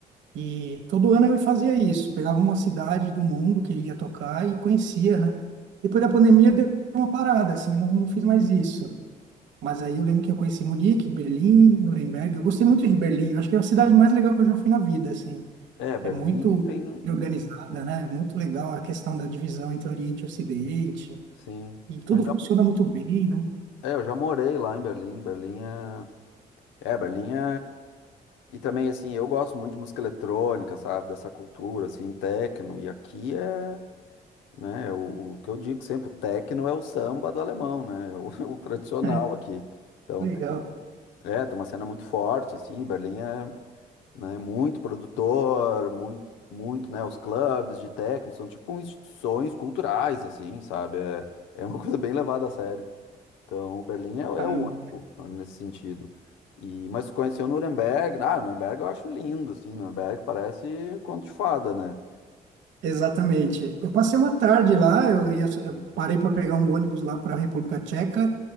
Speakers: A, on the right (about 75°); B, on the left (about 80°).
A: E todo ano eu fazia isso, pegava uma cidade do mundo que ele ia tocar e conhecia, né? Depois da pandemia deu uma parada, assim, não, não fiz mais isso. Mas aí eu lembro que eu conheci Munique, Berlim, Nuremberg. Eu gostei muito de Berlim, eu acho que é a cidade mais legal que eu já fui na vida, assim.
B: É, Berlim
A: É muito
B: tem,
A: organizada, né? Muito legal a questão da divisão entre Oriente e Ocidente.
B: sim.
A: E tudo
B: Eu já,
A: funciona muito bem, né?
B: é, eu já morei lá em Berlim. Berlim é É, Berlim é... E também, assim, eu gosto muito de música eletrônica, sabe? Dessa cultura, assim, techno. E aqui é, né, o, o que eu digo sempre, o techno é o samba do alemão, né? É O, <laughs> o tradicional
A: É,
B: aqui. Então,
A: legal,
B: tem, é, tem uma cena muito forte, assim, Berlim é, né, muito produtor, muito, muito, né? Os clubes de techno são tipo instituições culturais, assim, sabe? É, é uma <laughs> coisa bem levada a sério. Então, Berlim é, é
A: caramba.
B: o único né, nesse sentido. E, mas tu conheceu Nuremberg, ah, Nuremberg eu acho lindo, assim, Nuremberg parece conto de fada, né?
A: Exatamente. Eu passei uma tarde lá, eu ia, eu
B: Hum.
A: parei para pegar um ônibus lá para a República Tcheca